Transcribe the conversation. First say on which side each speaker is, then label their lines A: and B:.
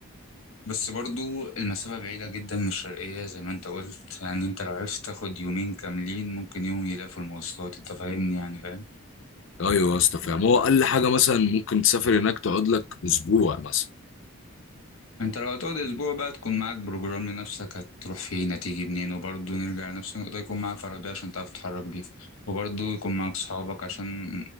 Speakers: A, on the left; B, on the left.
A: بس برضو المسافة بعيدة جدا من الشرقية زي ما انت قلت يعني انت لو عرفت تاخد يومين كاملين ممكن يوم يلاقي في المواصلات انت فاهمني يعني فاهم
B: ايوه يا اسطى فاهم هو اقل حاجه مثلا ممكن تسافر هناك تقعد لك اسبوع مثلا
A: انت لو هتقعد اسبوع بقى تكون معاك بروجرام لنفسك هتروح فين هتيجي منين وبرضه نرجع لنفس النقطة يكون معاك عربية عشان تعرف تتحرك بيها وبرضه يكون معاك صحابك عشان